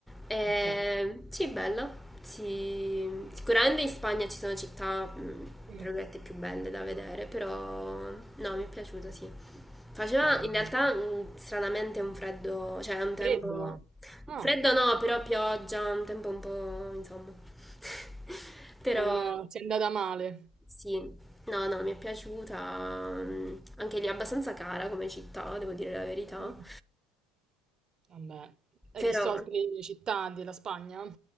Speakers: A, in the centre; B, on the right (about 35°).
A: E,
B: Ok.
A: sì, bella. Sì. Sicuramente in Spagna ci sono città, mm,
B: Mm,
A: tra virgolette, più belle da vedere, però no, mi è piaciuto, sì. Faceva
B: bello,
A: in
B: bello.
A: realtà mm, stranamente un freddo, cioè un tempo...
B: Freddo. Ah,
A: Freddo no, però pioggia, un tempo un po', insomma. <laughs> <laughs> Però
B: non eh, ti è andata male.
A: sì, no, no, mi è piaciuta. mm, Anche lì è abbastanza cara come città, devo dire la verità.
B: Mm, Vabbè. Hai
A: Però
B: visto altre città della Spagna? Mm,